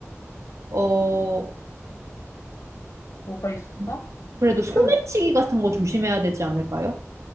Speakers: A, on the right; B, on the left.
A: 어,
B: 뭐가 있을까?
A: 음. 그래도 소매치기
B: 좀,
A: 같은 거 조심해야 되지 않을까요?